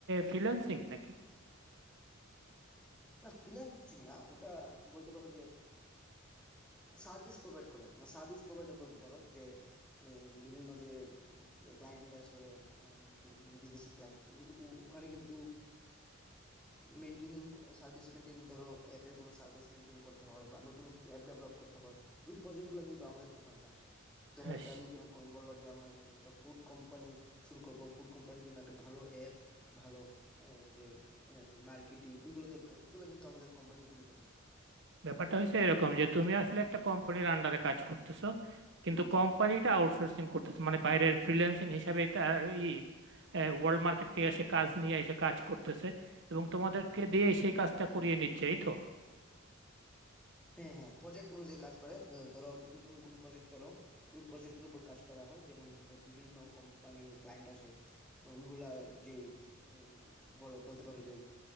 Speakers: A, on the right (about 60°); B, in the centre.
A: ফ্রিল্যান্সিং নাকি
B: না ফ্রিল্যান্সিং না ওটা বলতে পারো যে সার্ভিস প্রোভাইড করে মানে সার্ভিস প্রোভাইডার বলতে পারো যে উম, বিভিন্ন যে ক্লায়েন্ট আসে আহ, বি- বিদেশি ক্লায়েন্ট ওখানে কিন্তু মেনটেন সার্ভিস মেনটেন ধরো অ্যাপের কোনো সার্ভিস মেনটেন করতে হয় বা নতুন কিছু অ্যাপ ডেভেলপ করতে হয় ওই প্রজেক্টগুলো কিন্তু আমাদের কোম্পানিতে আসে ধরো
A: হ্যাঁ,
B: একটা
A: স-
B: নতুন এক কোন বললো যে আমার একটা ফুড কোম্পানি শুরু করব ফুড কোম্পানির জন্য একটা ভালো অ্যাপ ভালো আহ, যে মার্কেটিং ওইগুলো দরকার ওইগুলো কিন্তু আমাদের কোম্পানি তৈরি করে
A: ব্যাপারটা হয়েছে এরকম যে তুমি আসলে একটা কোম্পানির আন্ডারে কাজ করতেছো কিন্তু কোম্পানিটা আউটসোর্সিং করতেছো মানে বাইরের ফ্রিল্যান্সিং হিসাবে তার ই ওয়ার্ল্ড মার্কেট থেকে এসে কাজ নিয়ে এসে কাজ করতেছে এবং
B: হ্যাঁ
A: তোমাদেরকে
B: হ্যাঁ
A: দিয়ে সেই কাজটা করিয়ে নিচ্ছে এই তো
B: হ্যাঁ হ্যাঁ প্রজেক্ট অনুযায়ী কাজ করে আহ, ধরো নতুন কোনো প্রজেক্ট পেলো ওই প্রজেক্টের উপর কাজ করা হয় যেমন আহ, বিভিন্ন কোম্পানির ক্লায়েন্ট আসে ওইগুলা যে উম, বলে বলতে পারো যে